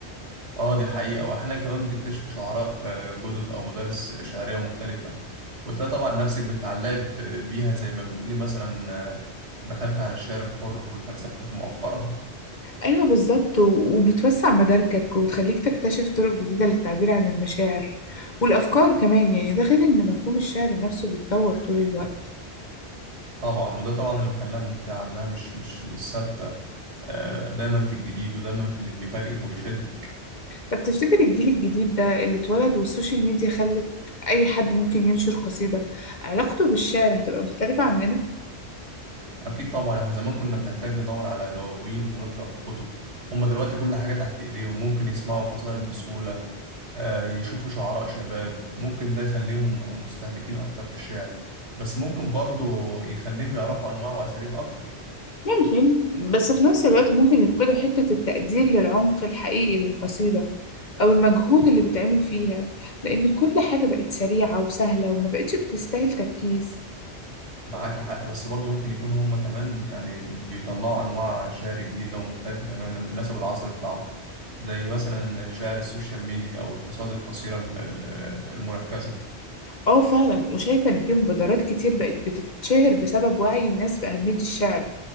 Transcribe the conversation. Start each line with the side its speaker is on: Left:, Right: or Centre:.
Right: اه دي حقيقه واحيانا كمان بتكتشف شعراء آه، جدد او مدارس شعريه مختلفه وتلاقي طبعا نفسك بتتعلقي ب- بيها زي ما بتقولي مثلا آه، دخلت على الشعر الحر والفلسفه مؤخرا
Left: أيوة بالظبط و- وبتوسع مداركك وتخليك تكتشف طرق جديدة للتعبير عن المشاعر والأفكار كمان يعني ده غير إن مفهوم الشعر نفسه بيتطور طول الوقت
Right: طبعا وده طبعا اللي مخليها ممتعة إنها مش مش مش ثابتة آه، دايما في الجديد ودايما في اللي بيفاجئك وبيشدك
Left: طب تفتكر الجيل الجديد ده اللي اتولد والسوشيال ميديا خلت أي حد ممكن ينشر قصيدة علاقته بالشعر هتبقى مختلفة عننا؟
Right: أكيد طبعا إحنا زمان كنا بنحتاج ندور على دواوين ونقرأ في كتب هما دلوقتي كل حاجة تحت إيديهم ممكن يسمعوا قصائد بسهولة آه، يشوفوا شعراء شباب ممكن ده يخليهم مستهلكين أكتر للشعر بس ممكن برضه يخليهم يعرفوا أنواع وأساليب أكتر
Left: ممكن بس في نفس الوقت ممكن يفقدوا حتة التقدير للعمق الحقيقي للقصيدة أو المجهود اللي بيتعمل فيها لأن كل حاجة بقت سريعة وسهلة وما بقتش بتستاهل تركيز
Right: معاك حق بس برضه ممكن يكونوا هم كمان يعني بيطلعوا أنواع شعر جديدة ومختلفة تماما تناسب العصر بتاعهم زي مثلا شعر السوشيال ميديا أو القصائد القصيرة ال- ال- المركزة
Left: اه فعلا وشايفة ان في مبادرات كتير بقت بتتشهر بسبب وعي الناس بأهمية الشعر